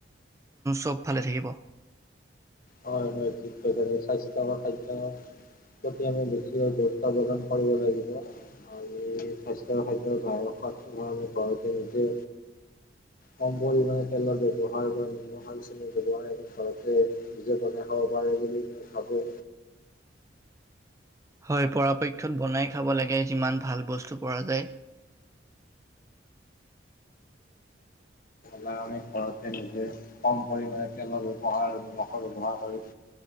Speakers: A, on the right; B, on the left.
A: চব ভালে থাকিব।
B: হয়, হয় ঠিক তে স্বাস্থ্য খাদ্যয়ৰ প্ৰতি আমি বেছিকৈ গুৰুত্ব প্ৰদান কৰিব লাগিব আৰু স্বাস্থ্যয় খাদ্যৰ বাহক সোৱাদটো আমি ঘৰতে নিজে কম পৰিমাণে তেলৰ ব্যৱহাৰ বা নিমন সালচনিৰ ব্যৱহাৰ আমি ঘৰতে নিজে বনাই খাব পাৰে, বুলি মই ভাবোঁ।
A: হয়, পৰাপক্ষত বনাই খাব লাগে, যিমান ভাল বস্তু পৰা যায়।
B: লে আমি ঘৰতে নিজে কম পৰিমে তেলৰ ব্যৱহাৰ মসৰ ব্যৱহাৰ কৰি।